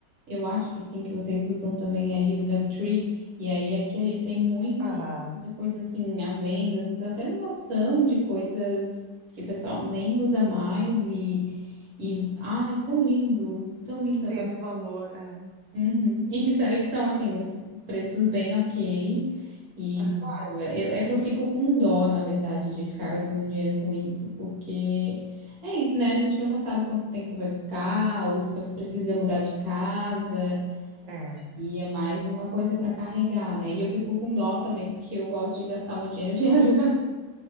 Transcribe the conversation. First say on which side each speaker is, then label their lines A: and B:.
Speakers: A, on the right; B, on the right.
A: Eu acho que sim, que vocês usam também aí o Gumtree. E aí, aqui tem muito,
B: aham.
A: muita coisa, assim, à venda, às vezes até doação de coisas que o pessoal nem usa mais e... E, ai, tão lindo, tão lindo.
B: Que tem esse valor, é.
A: Uhum. E que são, e que são assim, uns preços bem ok. E,
B: Aham,
A: claro, é, eu- é que eu fico com dó, na verdade, de ficar gastando dinheiro com isso, porque é isso, né? A gente nunca sabe quanto tempo vai ficar, ou se precisa mudar de casa,
B: é.
A: e é mais uma coisa para carregar, né? E eu fico com dó também, porque eu gosto de gastar meu dinheiro <laughs> viajando.